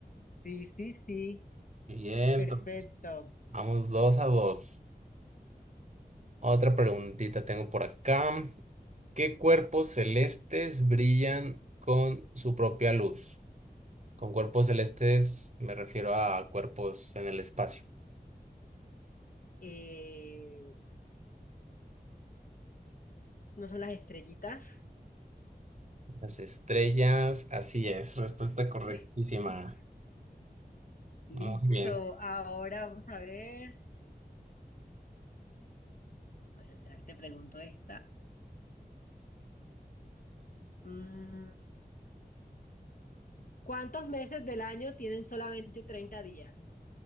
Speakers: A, on the left; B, on the right.
A: Sí, sí, sí,
B: Bien,
A: perfecto.
B: entonces, vamos dos a dos. Otra preguntita tengo por acá. ¿Qué cuerpos celestes brillan con su propia luz? Con cuerpos celestes me refiero a cuerpos en el espacio.
A: Eh, ¿no son las estrellitas?
B: Las estrellas, así es, respuesta correctísima.
A: <laughs> Listo,
B: Muy bien.
A: ahora vamos a ver. Bueno, ¿será que te pregunto esta? Mm, ¿cuántos meses del año tienen solamente treinta días?